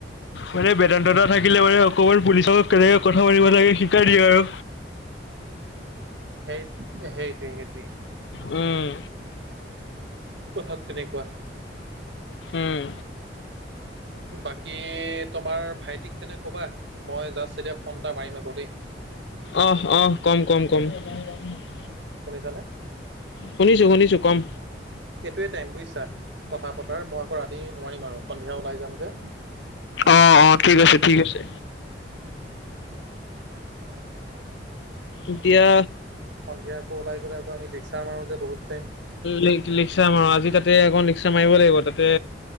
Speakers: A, on the left; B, on the right.
A: মানে বেদান্তদা থাকিলে মানে অকমান পুলিচৰ লগত কেনেকে কথা পাতিব
B: কথাত
A: লাগে শিকাই দিয়ে আৰু।
B: হেই হেইটোৱে, হেইটোৱে।
A: উম।
B: কথাত তেনেকুৱা।
A: উম।
B: বাকী তোমাৰ ভাইটিক তেনে ক'বা। মই জাষ্ট এতিয়া ফোন এটা মাৰিম আকৌ দেই।
A: অহ, অহ। কম, কম, কম। <unintelligible>
B: শুনিছা নে?
A: শুনিছো, শুনিছো কম।
B: এইটোৱে টাইম বুইছা কথা পতাৰ। মই আকৌ ৰাতি নোৱাৰিম আৰু সন্ধিয়া ওলাই যাম যে।
A: অ, অ ঠিক আছে, ঠিক আছে।
B: হয়।
A: এতিয়া
B: সন্ধিয়া আকৌ ওলাই গ'লে আকৌ আমি লেকচাৰ মাৰো যে বহুত টাইম।
A: লেক-লেকচাৰ মাৰো আজি তাতে অকণ লেকচাৰ মাৰিব লাগিব। তাতে